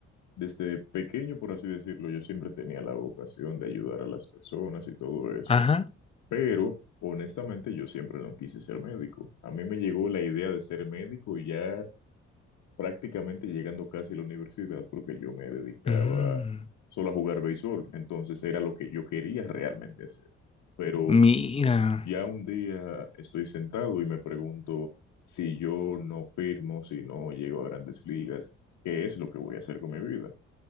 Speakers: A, on the left (about 70°); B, on the left (about 20°).
A: desde pequeño, por así decirlo, yo siempre tenía la vocación de ayudar a las personas y todo eso,
B: Ajá.
A: pero honestamente yo siempre no quise ser médico. A mí me llegó la idea de ser médico ya prácticamente llegando casi a la universidad porque yo me dedicaba
B: Mm,
A: solo a jugar béisbol, entonces era lo que yo quería realmente hacer. Pero
B: mira.
A: ya un día estoy sentado y me pregunto si yo no firmo, si no llego a grandes ligas, ¿qué es lo que voy a hacer con mi vida?